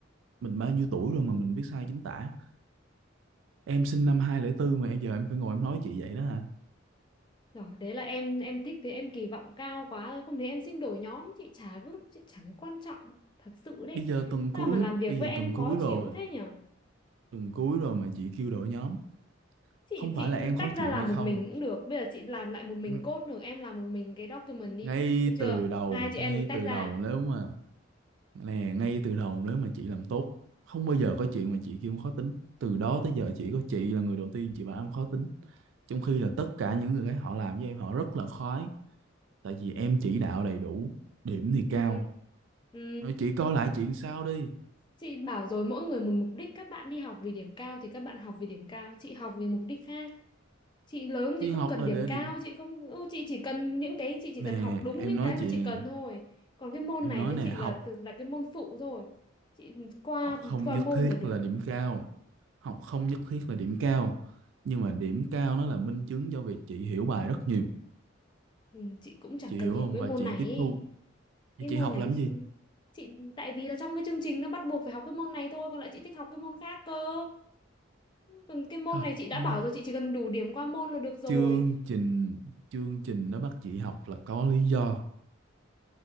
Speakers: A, on the right (about 65°); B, on the left (about 25°).
A: mình bao nhiêu tuổi rồi mà mình viết sai chính tả em sinh năm 2004 mà bây giờ em phải ngồi em nói chị vậy đó hả
B: Rồi, đấy là em em thích thế em kỳ vọng cao quá thôi. Không thì em xin đổi nhóm chị chả cứ chị chẳng quan trọng thật sự đấy.
A: bây giờ tuần
B: Sao
A: cuối
B: mà làm việc
A: bây
B: với
A: giờ
B: em
A: tuần cuối
B: khó
A: rồi
B: chịu thế nhở?
A: tuần cuối rồi mà chị kêu đổi nhóm
B: Chị
A: không phải
B: chị
A: là em khó
B: tách
A: chịu
B: ra làm
A: hay không
B: một mình cũng được. Bây giờ chị làm lại một mình
A: Ng-
B: code được, em làm một mình cái document đi.
A: ngay
B: Được chưa?
A: từ đầu
B: Hai chị em
A: ngay
B: mình tách
A: từ
B: ra.
A: đầu nếu mà nè ngay từ đầu nếu mà chị làm tốt không bao giờ có chuyện mà chị kêu em khó tính từ đó tới giờ chỉ có chị là người đầu tiên chị bảo em khó tính trong khi là tất cả những người khác họ làm với em họ rất là khoái tại vì em chỉ đạo đầy đủ điểm thì cao
B: Ừ, ừ.
A: Rồi chị coi lại chuyện sau đi
B: Chị bảo rồi mỗi người một mục đích các bạn đi học vì điểm cao thì các bạn học vì điểm cao, chị học vì mục đích khác. chị lớn
A: đi
B: chị không
A: học
B: cần
A: là
B: điểm
A: để
B: cao
A: điểm
B: chị không ừ, chị chỉ cần những cái chị chỉ cần
A: nè
B: học đúng
A: em
B: những
A: nói
B: cái mà
A: chị
B: chị
A: nè
B: cần thôi còn cái môn
A: em
B: này
A: nói
B: với
A: nè
B: chị là
A: học
B: từ là cái môn phụ thôi chị ừ, qua
A: học không
B: qua
A: nhất
B: môn
A: thiết
B: là được
A: là điểm cao học không nhất thiết là điểm cao nhưng mà điểm cao nó là minh chứng cho việc chị hiểu bài rất nhiều
B: ừ, chị cũng chẳng
A: chị hiểu
B: cần hiểu
A: không
B: cái
A: và
B: môn
A: chị
B: này
A: tiếp
B: ý.
A: thu vậy
B: cái môn
A: chị học
B: này
A: làm
B: chị
A: gì
B: chị tại vì là trong cái chương trình nó bắt buộc phải học cái môn này thôi còn lại chị thích học cái môn khác cơ còn cái môn
A: Hả?
B: này chị đã
A: Ờ,
B: bảo rồi chị chỉ cần đủ điểm qua môn là được rồi
A: chương trình chương trình nó bắt chị học là có lý do